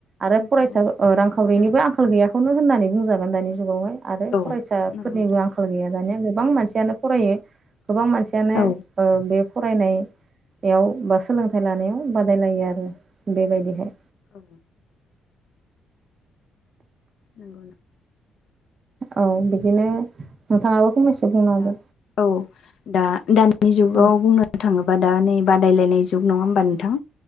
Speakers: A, on the right; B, on the left.
A: आरो
B: नंगौ
A: फरायसा
B: नोंथां
A: रांखावरिनिबो
B: उम
A: आंखाल गैया खौनो होननानै बुंजागोन दानि जुगावहाय आरो
B: औ
A: फरायसा
B: नंगौ नोंथां
A: बो आंखाल गैया दानिया गोबां मानसियानो फरायो गोबां मानसियानो
B: औ
A: बे फरायनायाव बा सोलोंथाइ लानायाव बादायलायो आरो बेबायदिहाय
B: औ नंगौना
A: औ बिदिनो नोंथाङाबो फंनैसो बुंना होदो।
B: दा औ दा दानि जुगाव
A: औ
B: बुंनो थाङोब्ला हबा दा नै बादायलायनाय जुग नङा होमबा नोंथां